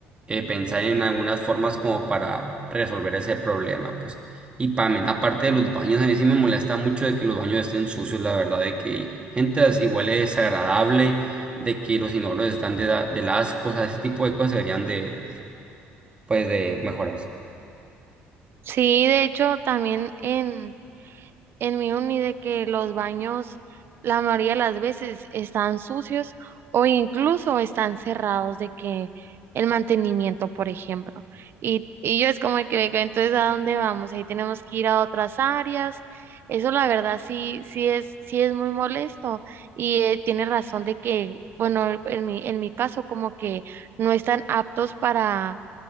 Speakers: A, on the right; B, on the right.
A: eh, pensar en algunas formas como para resolver ese problema, pues. Y también, aparte de los baños, a mí sí me molesta mucho de que los baños estén sucios, la verdad, de que entras y huele desagradable, de que los inodoros están de, da- de asco, o sea, ese tipo de cosas deberían de, pues, de mejorarse.
B: Sí, de hecho, también en en mi uni de que los baños la mayoría de las veces están sucios o incluso están cerrados de que el mantenimiento, por ejemplo. Y, y yo es como que, "Venga, entonces, ¿a dónde vamos? Ahí tenemos que ir a otras áreas. Eso la verdad sí, sí es, sí es muy molesto y eh, tiene razón de que, bueno, en mi, en mi caso como que no están aptos para,